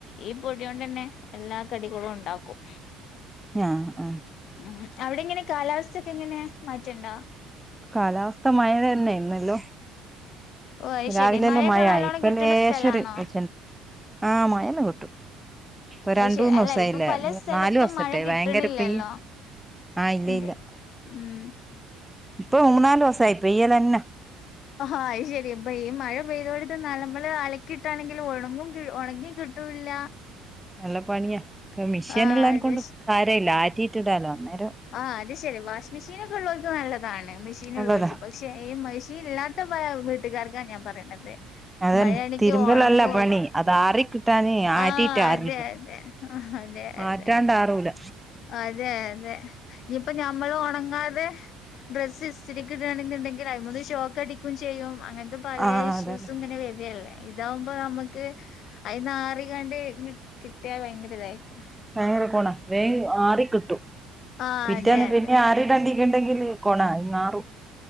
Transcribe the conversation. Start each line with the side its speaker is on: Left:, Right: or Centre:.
Left: ഈ പൊടിയോണ്ട് തന്നെ എല്ലാ കടികളും ഉണ്ടാക്കും.
Centre: ആഹ്
Left: ഉം അവിടെ എങ്ങനെ കാലാവസ്ഥക്കെ എങ്ങനെ മാറ്റണ്ടോ.
Centre: കാലാവസ്ഥ മഴ തന്നെ യിന്നല്ലോ.
Left: ഓഹ് അയ്ശെരി
Centre: രാവിലെല്ല
Left: മഴയൊക്കെ
Centre: മഴയായി
Left: നല്ലോണം
Centre: ഇപ്പല്ല
Left: കിട്ടണ
Centre: ലേശര്
Left: സ്ഥലാണോ
Centre: വെളിച്ചണ്ട് ആമഴല്ലാം കിട്ടു. ഇപ്പൊ
Left: അത്
Centre: രണ്ട്
Left: ശരി
Centre: മൂന്ന്
Left: അല്ല
Centre: ദിവസമായില്ലേ
Left: ഇപ്പൊ പല
Centre: മൂ
Left: സ്ഥലത്തും
Centre: നാല് ദിവസറ്റേ
Left: മഴ കിട്ടണില്ലല്ലോ
Centre: ഭയങ്കര ഇപ്പ. ആഹ് ഇല്ല
Left: ഇല്ലേ
Centre: ഇല്ല
Left: ഉം
Centre: ഇപ്പൊ മൂന്നാല് ദിവസയി പെയ്യലന്നെ.
Left: ആ ഹ അത് ശരി അപ്പൊ ഈ മഴ പെയ്തോടുത്ത് നമ്മള് അലക്കി ഇട്ടാണെങ്കിൽ ഉണമ്പും ഉണങ്ങി കിട്ടൂല്ല.
Centre: നല്ല പണിയാ. പ്പ മെഷീനൊള്ളേന്
Left: ആഹ് അത്
Centre: കൊണ്ട് താരേല്ല. ആറ്റിട്ടിടാലോ അന്നേരം.
Left: ആഹ് അത് ശരി. വാഷ് മെഷനെക്കെ ഒള്ളവർക്ക് നല്ലതാണ്. മെഷീൻ
Centre: നല്ലതാ
Left: ഉള്ളവർക്ക്. പക്ഷേ ഈ മെഷനില്ലാത്ത പല വീട്ടുകാർക്കാ ഞാ പറയണത്.
Centre: അതന്നെ
Left: മഴയാണങ്കി
Centre: തിരുമ്പലല്ല
Left: ഓണങ്ങൂല്ല.
Centre: പണി അത് ആറി കിട്ടാന് ആറ്റിയിട്ട്
Left: ആഹ്
Centre: ആറിടും
Left: അതെ അതെ. ആഹ് അതെ അതെ.
Centre: ആറ്റാണ്ട് ആറൂല
Left: അതെ അതെ ഇനിയിപ്പ ഞമ്മെള് ഒണങ്ങാതെ ഡ്രസ്സ് ഇസ്തിരിക്ക് ഇടുകയാണെന്നുണ്ടെങ്കിൽ അതിമ്മന്ന് ഷോക്ക് അടിക്കേം ചെയ്യും അങ്ങനെത്തെ പല
Centre: ആഹ്
Left: ഇഷ്യൂസും
Centre: അതന്നെ
Left: ഇങ്ങനെ വെരികല്ലേ ഇതാവുമ്പോ നമ്മെക്ക് അയ്ന്ന്‌ ആറി ങ്ങാണ്ട് കിട്ടിയാൽ ഭയങ്കര ഇതായിരിക്കും.
Centre: ഭയങ്കര കോണ വേഗ് ആറി കിട്ടും.
Left: ആഹ്
Centre: പിറ്റേന്ന്
Left: അതെ അതെ
Centre: പിന്നെ ആറിടണ്ടി. ഉണ്ടെങ്കിൽ കൊണാ ഈ നാറും